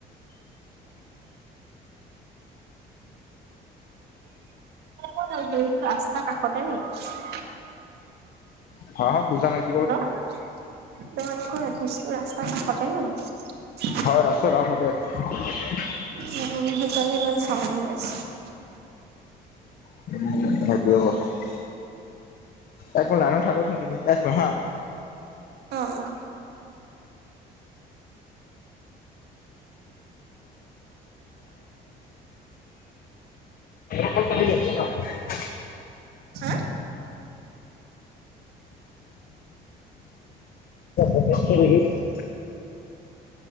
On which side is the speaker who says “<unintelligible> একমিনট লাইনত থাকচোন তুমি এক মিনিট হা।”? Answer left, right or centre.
Left